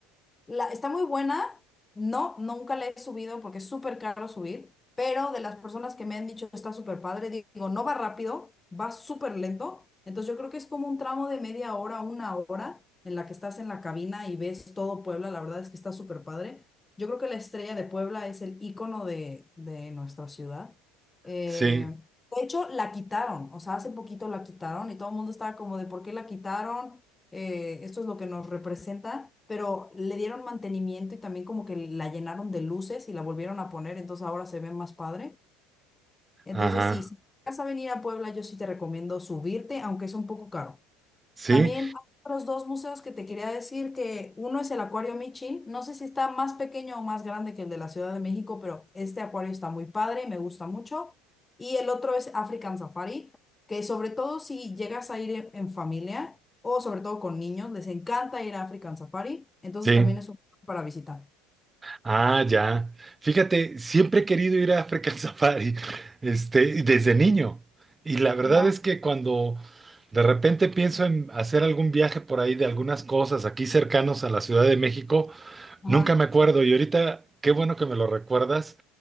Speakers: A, on the left (about 15°); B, on the right (about 20°).
A: La, está muy buena. No, nunca la he subido porque es súper caro subir, pero de las personas que me han dicho está súper padre, digo, no va rápido, va súper lento. Entonces yo creo que es como un tramo de media hora, una hora en la que estás en la cabina y ves todo Puebla. La verdad es que está súper padre. Yo creo que la estrella de Puebla es el icono de, de nuestra ciudad. Eh,
B: Sí,
A: de hecho, la quitaron, o sea, hace poquito la quitaron y todo el mundo estaba como de, ¿por qué la quitaron? eh, esto es lo que nos representa, pero le dieron mantenimiento y también como que la llenaron de luces y la volvieron a poner, entonces ahora se ve más padre. Entonces
B: ajá,
A: sí, si vas a venir a Puebla, yo sí te recomiendo subirte, aunque es un poco caro.
B: sí,
A: También hay otros dos museos que te quería decir que uno es el Acuario Michin. No sé si está más pequeño o más grande que el de la Ciudad de México, pero este acuario está muy padre, me gusta mucho. Y el otro es African Safari, que sobre todo si llegas a ir en, en familia o sobre todo con niños, les encanta ir a African Safari. Entonces
B: sí.
A: también es un para visitar.
B: Ah, ya. Fíjate, siempre he querido ir a African <laughs> Safari, este, y desde niño. Y la verdad
A: Ajá,
B: es que cuando de repente pienso en hacer algún viaje por ahí de algunas cosas aquí cercanos a la Ciudad de México,
A: ajá.
B: Nunca me acuerdo y ahorita, qué bueno que me lo recuerdas.